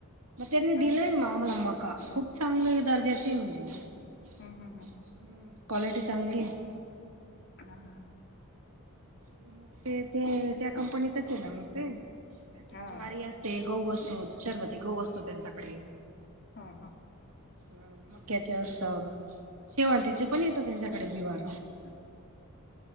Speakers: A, on the right; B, on the left.
A: मग त्यांनी
B: हा हा
A: दिलेयं ना मग आम्हांला मका, खूप चांगली दर्जाचे आहे, म्हणजे ती
B: हां, हां, हां
A: हं, क्वालिटी चांगली आहे.
B: हा, हा, हा
A: मग ते, ते, त्या कंपनीतच हाय ना मग ते, त्यांच्यात
B: हा
A: ज्वारी अस ते, गहू असतो, चरवती गहू असतो, त्यांच्याकडे
B: हां, हां
A: हं, मक्याचे असतं, शेवंतीचे पण येतं त्यांच्याकडे बिवारं
B: <unintelligible>